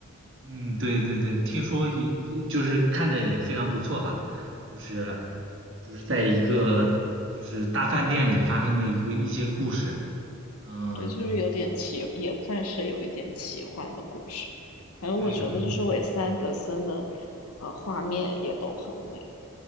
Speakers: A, on the right; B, on the left.
A: 嗯，对对对，听说也就是看着也非常不错吧，就是就是在一个就是大饭店里发生的一个一些故事。嗯，
B: 对，就是有点奇，也算是有一点奇幻的故事。反正我觉得就是韦斯安德森的，
A: 对，有。一。
B: 呃，画面也都很美。